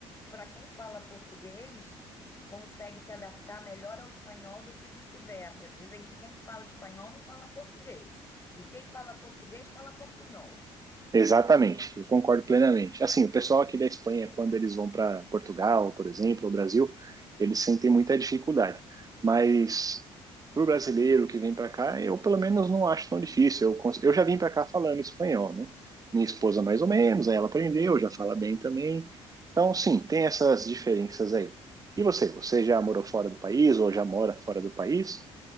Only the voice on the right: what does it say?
Exatamente, eu concordo plenamente. Assim, o pessoal aqui da Espanha, quando eles vão para Portugal, por exemplo, ou Brasil, eles sentem muita dificuldade. Mas para o brasileiro que vem para cá, eu pelo menos não acho tão difícil. Eu, cons- eu já vim para cá falando espanhol, né? Minha esposa mais ou menos, aí ela aprendeu, já fala bem também. Então, sim, tem essas diferenças aí. E você? Você já morou fora do país ou já mora fora do país?